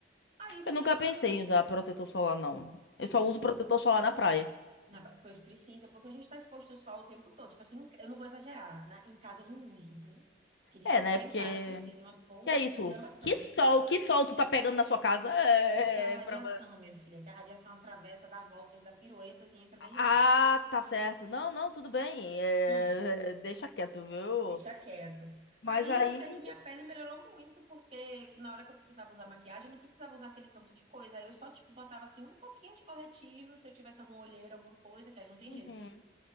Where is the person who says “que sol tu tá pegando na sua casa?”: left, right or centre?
Left